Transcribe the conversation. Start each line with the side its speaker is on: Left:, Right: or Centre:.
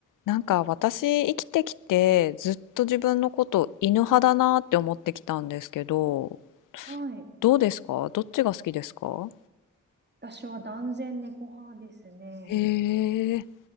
Left: なんか私生きてきてずっと自分のこと犬派だなって思ってきたんですけど、
Right: はい。
Left: どうですかどっちが好きですか
Right: 私は断然猫派ですね。
Left: へえ、